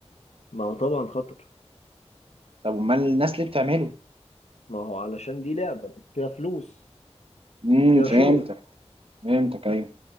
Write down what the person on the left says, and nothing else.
ما هو طبعا خطر
ما هو علشان دي لعبة فيها فلوس
فيها
شهرة